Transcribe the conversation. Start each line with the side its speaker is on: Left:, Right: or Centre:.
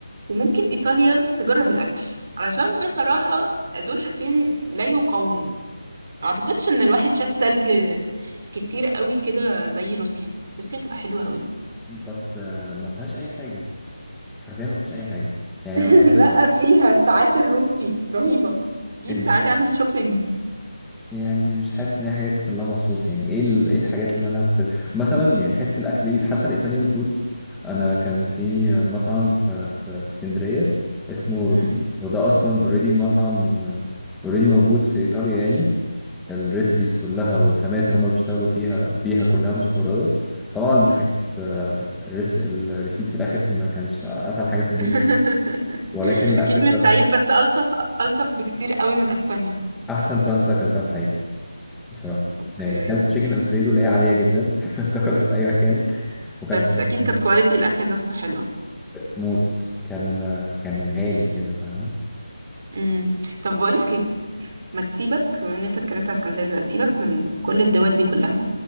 Right: وممكن ايطاليا تجرب الاكل علشان بصراحه دول حاجتين لا يقاوموا اعتقدش ان الواحد شاف تلج كتير قوي كده زي روسيا روسيا تبقى حلوة قوي
Centre: بس آه، ما فيهاش أي حاجة حرفيا ما فيهاش أي حاجة يعني
Right: <laughs>
Centre: والله بجد،
Right: لا فيها الساعات الروسي رهيبة جيب
Centre: ال...
Right: ساعات اعمل شوبينج
Centre: يعني مش حاسس إن هي حاجة تسافر لها مخصوص يعني إيه ال... إيه الحاجات اللي أنا هستفيد مثلا يعني حتة الأكل دي حتى الإيطاليان فود أنا كان في مطعم في في, في اسكندرية اسمه روبينو
Right: أمم.
Centre: هو ده أصلا أوريدي مطعم أوريدي موجود في إيطاليا يعني الريسيبيز كلها والخامات اللي هما بيشتغلوا فيها بيها كلها مستوردة طبعا دي
Right: آه.
Centre: كانت آه، الريس الريسيت في الآخر ما كانش أسعد حاجة في الدنيا
Right: <laughs>
Centre: ولكن الأكل
Right: اكيد
Centre: بصراحة
Right: مش سعيد بس الطف الطف بكتير قوي من اسبانيا
Centre: أحسن باستا أكلتها في حياتي بصراحة
Right: اوكي
Centre: يعني كلت تشيكن الفريدو اللي هي عادية جدا <laughs> تاكلها في أي مكان وكلت
Right: بس
Centre: حاجة
Right: اكيد
Centre: اسمها
Right: كانت كواليتي الاكل نفسه حلو
Centre: موت كان آه، كان غالي كده فاهم
Right: امم طب بقول لك ايه ما تسيبك بما ان انت اتكلمت على اسكندريه دلوقتي سيبك من كل الدول دي كلها